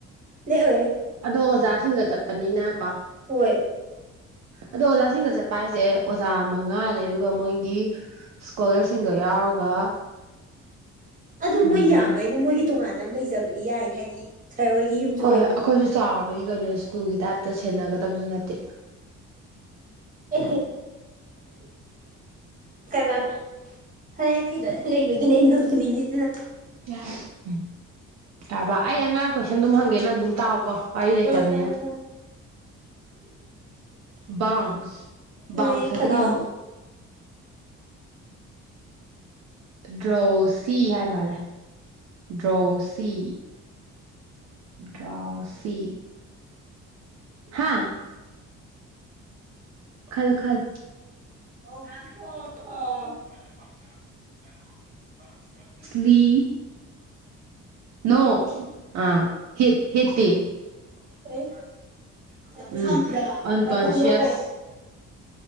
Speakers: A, on the right (about 25°); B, on the right (about 65°).
A: ꯂꯩꯑꯣꯌꯦ
B: ꯑꯗꯣ ꯑꯣꯖꯥꯁꯤꯡꯒ ꯆꯠꯄꯅꯤꯅ ꯀꯣ
A: ꯍꯣꯏ
B: ꯑꯗꯣ ꯑꯣꯖꯥꯁꯤꯡꯒ ꯆꯠꯄ ꯍꯥꯏꯁꯦ ꯑꯣꯖꯥ ꯃꯉꯥꯅꯦ ꯑꯗꯨꯒ ꯃꯣꯏꯒꯤ ꯏꯁꯀꯣꯂꯔꯁꯤꯡꯗꯣ ꯌꯥꯎꯔꯒ
A: ꯑꯗꯨ
B: ꯎꯝ
A: ꯃꯣꯏ ꯌꯥꯝꯕ ꯑꯩꯅ ꯃꯣꯏꯒꯤ ꯇꯣꯉꯥꯟꯅ ꯑꯃ ꯂꯩꯖꯕꯗꯤ ꯌꯥꯏꯅꯤ ꯍꯥꯏꯗꯤ ꯁꯥꯔ ꯍꯣꯏꯒꯤ ꯌꯨꯝꯁꯨ
B: ꯍꯣꯏ
A: ꯑꯣꯏꯗꯅ
B: ꯍꯣꯏ ꯑꯩꯈꯣꯏꯁꯨ ꯆꯥꯎꯔꯕꯅꯤ ꯀꯩꯅꯣ ꯁ꯭ꯀꯨꯜꯒꯤ ꯇꯥꯏꯞꯇ ꯁꯦꯟꯅꯒꯗꯕꯁꯨ ꯅꯠꯇꯦ
A: ꯀꯥꯏ ꯍꯥꯏꯕ ꯐꯔꯦ ꯐꯤꯗ ꯂꯩꯕꯒꯤꯅꯦ ꯑꯩꯅ ꯌꯥꯝ ꯄꯨꯨꯅꯤꯡꯉꯤꯁꯤꯅ
B: ꯌꯥꯔ ꯎꯝ ꯌꯥꯔꯕ ꯑꯩ ꯑꯉꯥꯡ ꯀꯣꯏꯁꯟ ꯑꯗꯨꯝ ꯍꯪꯒꯦ ꯅꯪ ꯑꯗꯨꯝ ꯇꯥꯛꯑꯣꯀꯣ ꯋꯥꯔꯤ ꯂꯩꯇꯕꯅꯤꯅ
A: ꯑ ꯇꯒꯦ ꯇꯒꯦ
B: ꯕꯥꯡꯁ
A: ꯑꯩ
B: ꯕꯥꯡꯁ ꯁꯥꯏꯗꯤ
A: ꯈꯅꯥꯎ
B: ꯀꯩꯅꯣ ꯗ꯭ꯔꯣꯁꯤ ꯍꯥꯏ ꯃꯥꯜꯂꯦ ꯗ꯭ꯔꯣꯁꯤ ꯗ꯭ꯔꯥꯎꯁꯤ ꯍꯥ ꯈꯜꯂꯨ ꯈꯜꯂꯨ
A: <unintelligible>
B: ꯂꯤ ꯅꯣ ꯑ ꯍꯤ ꯍꯤꯠꯇꯤ
A: <unintelligible>
B: ꯎꯝ ꯑꯟꯀꯣꯟꯁꯤꯌꯁ